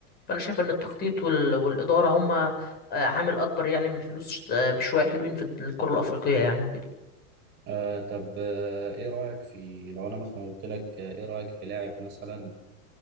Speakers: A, on the left; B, on the right.
A: فانا شايف ان التخطيط وال... والاداره هما آه، عامل اكبر يعني من الفلوس آه، بشويه حلوين في الكره الافريقيه يعني وكده
B: آه طب آه ايه رأيك في لو انا مثلا قلت لك آه، ايه رأيك في لاعب مثلا